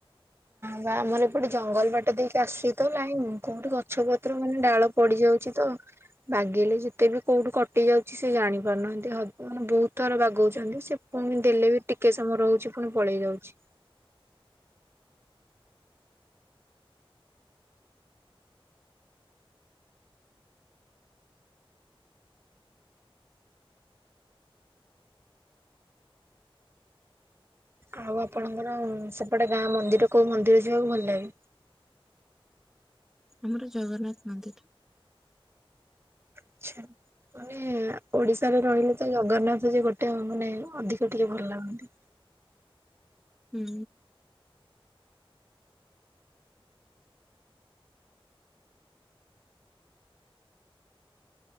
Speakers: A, on the right (about 25°); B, in the centre.
A: ନା ଆମର ଏପଟେ ଜଙ୍ଗଲ ବାଟ ଦେଇକି ଆସୁଛି ତ ଲାଇନ୍ କୋଉଠି ଗଛ ପତ୍ର ମାନେ ଡାଳ ପଡିଯାଉଛି ତ ବାଗିଲେ ଯେତେ ବି କଉଠୁ କଟି ଯାଉଛି ସେ ଜାଣିପାରୁନାହାନ୍ତି ମାନେ ବହୁତ ଥର ବାଗଉଛନ୍ତି ସେ ପୁଣି ଦେଲେ ବି ଟିକେ ସମୟ ରହୁଛି ପୁଣି ପଳେଇ ଯାଉଛି। ଆଉ ଆପଣଙ୍କର ସେପଟେ ଗାଁ ମନ୍ଦିର କୋଉ ମନ୍ଦିର ଯିବାକୁ ଭଲ ଲାଗେ?
B: ଆମର ଜଗନ୍ନାଥ ମନ୍ଦିର।
A: ଆଛା ମାନେ ଓଡିଶାରେ ରହିଲେ ତ ଜଗନ୍ନାଥ ଯେ ଗୋଟେ ମାନେ ଅଧିକ ଟିକେ ଭଲ ଲାଗନ୍ତି।
B: ହୁଁ।